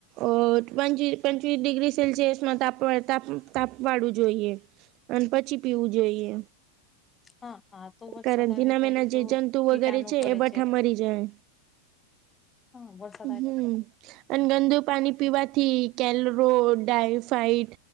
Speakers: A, on the right; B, on the left.
A: ઓંચ પંચવીસ ડિગ્રી સેલ્સિયસમાં તાપ વાળું જોઈએ અન પછી પીવું જોઈએ
B: હા હા વરસાદ
A: કારણ
B: આવે
A: તેના
B: ત્યારે
A: મેના જે
B: તો
A: જંતુ
B: કીટાણુ
A: વગેરે છે
B: પડે
A: એ બઠા મરી જાય
B: હાં વર્ષ
A: હમ અને ગંદુ પાણી પીવાથી કેલરો ડાયફાઈડ